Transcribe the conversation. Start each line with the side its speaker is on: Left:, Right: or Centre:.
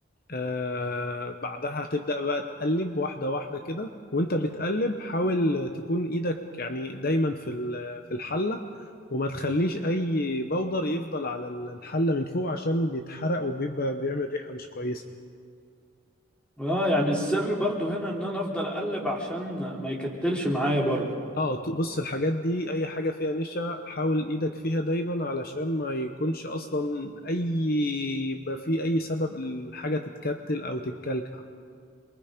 Left: آه بعدها هتبدأ بقى تقلب واحدة واحدة كده وانت بتقلب حاول تكون ايدك يعني دايما في ال- في الحلة وما تخليش اي بودر يفضل على الحلة من فوق عشان بيتحرق وبيبقى بيعمل ريحة مش كويسة
Centre: اه يعني السر برضو هنا ان انا افضل اقلب عشان ما يكتلش معايا برضو
Left: اه ط- بص الحاجات دي اي حاجة فيها نشا حاول ايدك فيها دايما علشان ما يكونش اصلا اي يبقى في اي سبب الحاجة تتكتل او تتكلكع